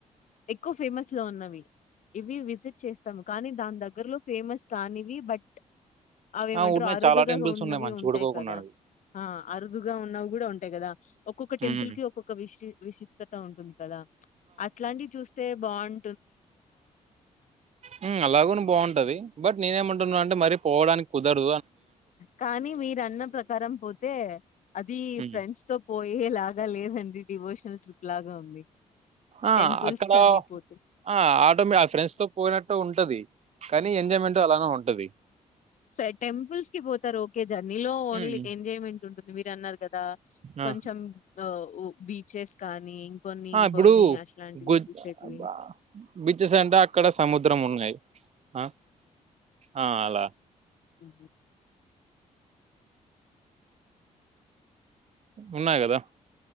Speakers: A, on the left; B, on the right.
A: ఎక్కువ ఫేమస్ లో ఉన్నవి ఇవి విజిట్ చేస్తాము కానీ దాని దగ్గరలో ఫేమస్ కానివి బట్ అవేమంట్రారు
B: ఆ, ఉన్నాయి
A: అరుదుగా
B: చాలా టెంపుల్స్
A: ఉన్నవి
B: ఉన్నాయి మంచి
A: ఉంటాయి
B: చూడుకోకున్నాడు
A: కదా అరుదుగా ఉన్నవి కూడా ఉంటాయి కదా ఒక్కొక్క టెంపుల్
B: ఉమ్,
A: కి ఒక్కొక్క విశ విశిష్టత ఉంటుంది కదా అట్లాంటివి చూస్తే బాగుం
B: హుమ్ అలాగుని బాగుంటది బట్ నేనే ఉంటున్నా అంటే మరీ పోవడానికి కుదర్
A: కానీ మీరు అన్న ప్రకారం పోతే అది
B: ఉమ్.
A: ఫ్రెండ్స్ తో పోయేలా గా లేదండి డివోషనల్ ట్రిప్ లాగా ఉంది
B: ఆ
A: టెంపుల్స్
B: అక్కడ
A: అన్ని పోతే
B: ఆ ఆటో మే ఆ ఫ్రెండ్స్ తో పోయినట్టు ఉంటది కానీ ఎంజాయ్మెంట్ అలానే ఉంటది
A: పె టెంపుల్స్ కి పోతారు ఓకే జర్నీలో ఓన్లీ
B: హ్మ్.
A: ఎంజాయ్మెంట్ ఉంటుంది మీరన్నారు కదా కొంచెం
B: ఆ!
A: ఆ ఉ బీచెస్ కానీ ఇంకొన్ని
B: ఆ
A: ఇంకొన్ని
B: ఇప్పుడు
A: అట్లాంటివి
B: గు
A: చూసేటివి
B: ఆ బీచెస్ అంటే అక్కడ సముద్రం ఉన్నాయి ఆ ఆ అలా
A: ఉ
B: ఉన్నాయి కదా